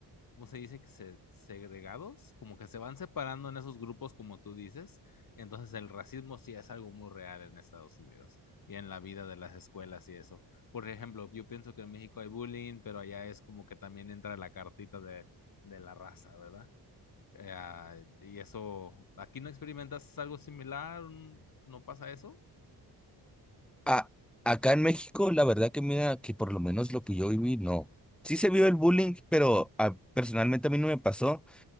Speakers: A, on the left; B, in the centre.
A: ¿cómo se dice? Que se, segregados, como que se van separando en esos grupos, como tú dices. Entonces el racismo sí es algo muy real en Estados Unidos y en la vida de las escuelas y eso. Por ejemplo, yo pienso que en México hay bullying, pero allá es como que también entra la cartita de, de la raza, ¿verdad? Eh, y eso, ¿aquí no experimentas algo similar? ¿No pasa eso?
B: A- acá en México, la verdad que mira, que por lo menos lo que yo viví, no. Sí se vio el bullying, pero ah, personalmente a mí no me pasó